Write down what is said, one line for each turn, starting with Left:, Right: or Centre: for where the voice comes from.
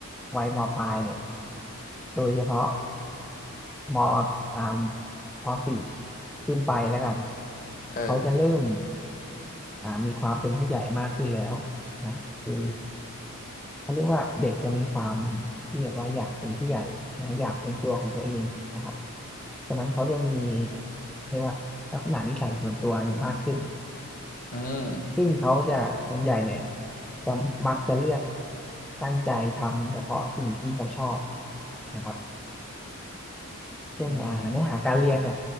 Centre: วัยมปลายเนี่ยโดยเฉพาะมสามมสี่ขึ้นไปแล้วกัน
Left: เออ
Centre: เขาจะเริ่มอ่ามีความเป็นผู้ใหญ่มากขึ้นแล้วนะคือ เขาเรียกว่าเด็กจะมีความที่แบบว่าอยากเป็นผู้ใหญ่นะอยากเป็นตัวของตัวเองนะครับฉะนั้นเขาจะมีเรียกว่าลักษณะนิสัยส่วนตัวเนี่ยมากขึ้น
Left: อืม
Centre: ซึ่งเขาจะส่วนใหญ่เนี่ยจะมักจะเลือกตั้งใจทำเฉพาะสิ่งที่เขาชอบนะครับเช่นอ่าเนื้อหาการเรียนเนี่ย
Left: อืม